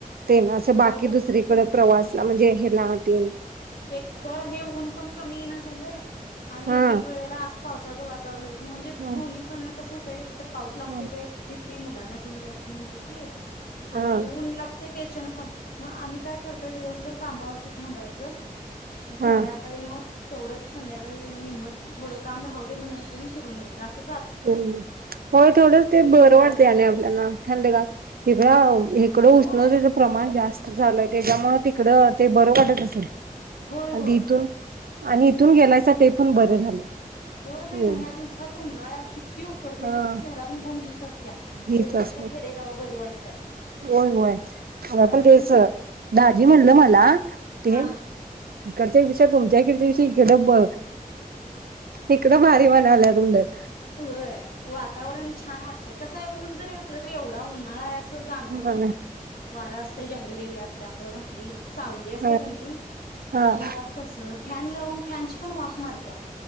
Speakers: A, on the right; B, on the left.
A: ते असं बाकी
B: होय बाई
A: दुसर
B: ना
A: प्रवासला म्हणजे हेला आटीन
B: एक तर हे ऊन पण कमी ना झालंय आणि
A: हा
B: एक एक वेळेला अस पावसाचं वातावरण झालं म्हणजे
A: हा
B: दोन्ही कडन कसं होत ते एक तर पाऊस लागतोय
A: हा
B: का हयायाची भीती मुुलांना घेऊन जायचं म्हटलं की
A: हा
B: आणि ऊन लागतंय त्याच्यान पण मग आम्ही काय करतोय दिवसभर कामावरती थांबायचं संध्याकाळी
A: हा
B: मग तेवढंच संध्याकाळी निम थोडं काम राहू दे म्हणायचं फिरून ये जास्त
A: ह् होय थोडं ते बर
B: कंटाळा
A: वाटते
B: जातोय
A: आणि आपल्याला थडगार का इकड इकडं
B: होय
A: उष्णताचे प्रमाण जास्त झालंय त्याच्यामुळे तिकडं ते बरं वाटत असेल
B: होय
A: आणि
B: होय
A: इथून आणि तून गेलायसा ते पण बरं झालं.
B: हो बाई
A: मेन
B: नाय ह्या दिवसातून उनळ्यात किती उकडत
A: हा
B: तिेथ शहरातील बोम हि असेल त्याच्यापेक्षा
A: हेच असते
B: खेडेगाव बरी वाट
A: होय होय मला
B: कारण
A: पण तेच दाजी म्हणलं
B: वातावरण
A: मला ते
B: हा
A: इकडच्या पेक्षा तुमच्याकडे ह <unintelligible> इकडं ब इकडे भारी म्हणालेत उलट
B: होय वातावरण छान वाटत कसं आहे ऊन जरी असलं तरी एवढं उन्हाळा असं जाणवत
A: हा
B: नाही वार असत जंगल एरिया असल्यामुळे भारी सावली असते
A: हा
B: क नई आणि
A: हा
B: घरात कसं फॅन लावून फॅनची पण वार मारतीय